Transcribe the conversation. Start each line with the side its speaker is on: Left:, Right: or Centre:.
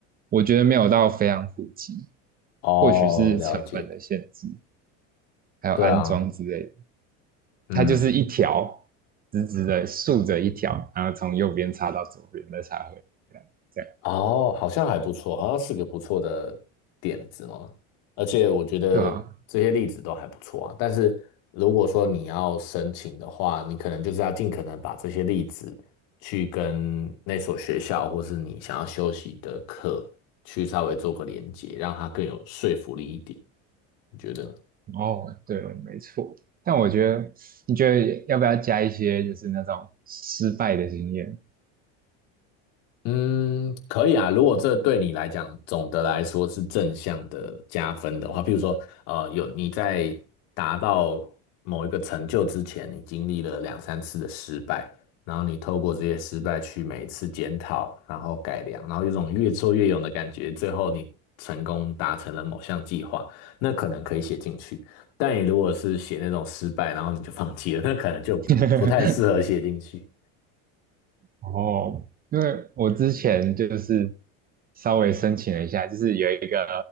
Right: 我觉得没有到非常普及，
Left: 哦，
Right: 或许是成本的限制，
Left: 了解，
Right: 还有安装之类的。
Left: 对啊，嗯。
Right: 它就是一条直直的竖着一条，然后从右边插到左边，再插回来，这样
Left: 哦，好像还不错，好像是个不错的点子嘛。而且我觉得这些例子都还不错啊。
Right: 对吧、
Left: 但是如果说你要申请的话，你可能就是要尽可能把这些例子去跟那所学校或是你想要休息的课去稍微做个连接，让它更有说服力一点。你觉得呢？
Right: 哦，对，没错。但我觉得，你觉得要不要加一些就是那种失败的经验？
Left: 嗯，可以啊。如果这对你来讲，总的来说是正向的加分的话，譬如说，呃，有你在达到某一个成就之前，你经历了两三次的失败，然后你透过这些失败去每一次检讨，然后改良，然后有种越挫越勇的感觉，最后你成功达成了某项计划，那可能可以写进去。但你如果是写那种失败，然后你就放弃了，那可能就不不太适合写进去。
Right: <laughs> 哦，因为我之前就是稍微申请了一下，就是有一个